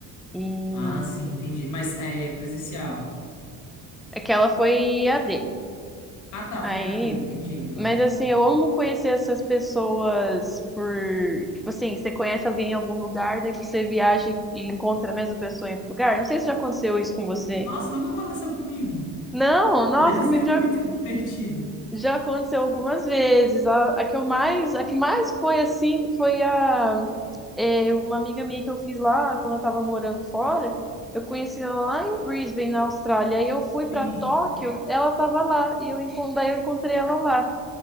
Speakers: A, in the centre; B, on the left (about 55°).
A: E
B: Ah, sim, entendi. Mas é presencial.
A: aquela foi I a D
B: Ah, tá,
A: Aí.
B: foi a D entendi agora.
A: Mas assim, eu amo conhecer essas pessoas por, tipo assim, você conhece alguém em algum lugar, daí você viaja e encontra a mesma pessoa em outro lugar. Não sei se já aconteceu isso com você.
B: Nossa, nunca aconteceu comigo.
A: Não, nossa,
B: Deve
A: comigo
B: ser
A: já,
B: muito divertido.
A: já aconteceu algumas vezes. A, a que eu mais, a que mais foi assim, foi a é, uma amiga minha que eu fiz lá quando eu tava morando fora. Eu conheci ela lá em Brisbane, na Austrália. Aí eu fui pra
B: Sim.
A: Tóquio, ela tava lá e eu encon- daí eu encontrei ela lá.